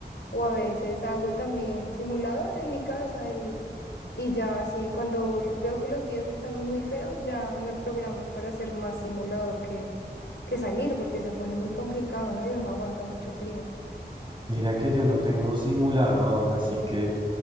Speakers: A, on the left; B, on the right.
A: O a veces hago también simulador en mi casa y, y ya así, cuando l- veo que los días están muy feos, ya me programo para hacer más simulador que, que salir, porque se pone muy complicado, ¿no? Y uno aguanta mucho frío.
B: Mira que yo no tengo simulador, así que